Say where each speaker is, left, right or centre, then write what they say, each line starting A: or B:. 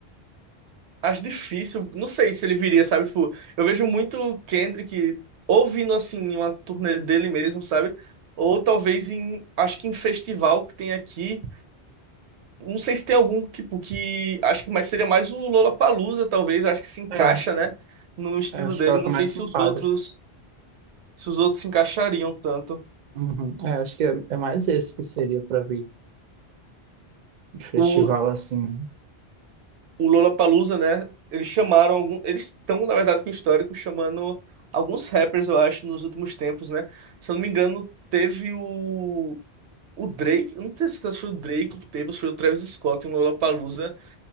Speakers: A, on the right; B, on the right.
A: Acho difícil, não sei se ele viria, sabe? Tipo, eu vejo muito Kendrick ouvindo assim uma turnê dele mesmo, sabe? Ou talvez em, acho que em festival que tem aqui. Não sei se tem algum tipo que acho que mais seria mais o Lollapalooza, talvez, acho que se encaixa,
B: É,
A: né, no estilo
B: é, acho
A: dele.
B: que é o
A: Não
B: que mais
A: sei se
B: se enquadra.
A: os outros, se os outros se encaixariam tanto.
B: Uhum. É, acho que é, é mais esse que seria pra vir. Um festival
A: O,
B: assim. né?
A: o Lollapalooza, né? Eles chamaram algum, eles estão, na verdade, com o histórico chamando alguns rappers, eu acho, nos últimos tempos, né? Se eu não me engano, teve o o Drake, eu não tenho certeza se foi o Drake que teve ou se foi o Travis Scott em Lollapalooza,